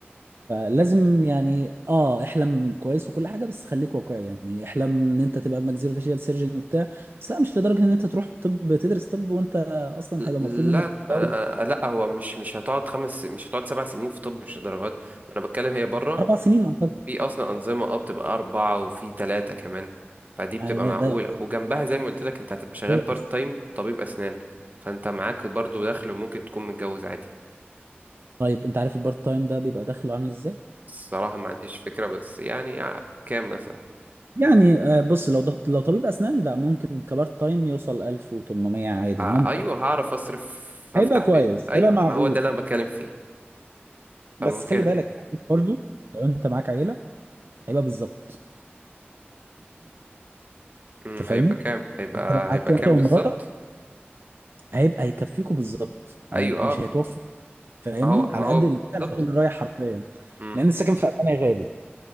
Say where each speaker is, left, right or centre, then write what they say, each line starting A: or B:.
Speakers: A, on the right; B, on the right.
A: فلازم يعني اه احلم كويس وكل حاجة بس خليك واقعي يعني احلم ان انت تبقى ماكسيلو فاشيال سيرجن وبتاع بس لا مش لدرجة ان انت تروح طب تدرس طب وانت اصلا هيبقى
B: لا
A: مطلوب منك تتجوز
B: لا لا، هو مش مش هتقعد خمس مش هتقعد سبع سنين في طب مش درجات انا بتكلم هي بره
A: اربع سنين اعتقد
B: في اصلا انظمه اه بتبقى اربعه وفي ثلاثه كمان فدي بتبقى
A: آه،
B: معقوله
A: ده ده
B: وجنبها زي ما قلت لك انت هتبقى شغال
A: ده-
B: بارت تايم طبيب اسنان فانت معاك برضو دخل وممكن تكون متجوز عادي
A: طيب انت عارف البارت تايم ده بيبقى دخله عامل ازاي
B: الصراحه ما عنديش فكره بس يعني آه، كام مثلا
A: يعني آه، بص لو ده لو طبيب اسنان لا ممكن كبارت تايم يوصل 1800 عادي
B: آه
A: ممكن
B: ايوه هعرف اصرف افتح
A: هيبقى كويس
B: بيت ايوه
A: هيبقى معقول
B: ما هو ده اللي انا بتكلم فيه فممكن
A: بس خلي بالك برضو
B: م-
A: لو انت معاك عيله هيبقى بالظبط
B: م،
A: انت
B: هيبقى
A: فاهمني
B: كام هيبقى
A: يعني انت لو
B: هيبقى
A: معاك
B: كام
A: انت ومراتك
B: بالظبط
A: هيبقى هيكفيكوا بالظبط يعني
B: ايوه
A: مش
B: اه
A: هيتوفر فاهمني
B: ما هو
A: على
B: ما هو
A: قد اللي
B: بالظبط
A: على قد اللي رايح حرفيا
B: مم.
A: لان السكن في المانيا غالي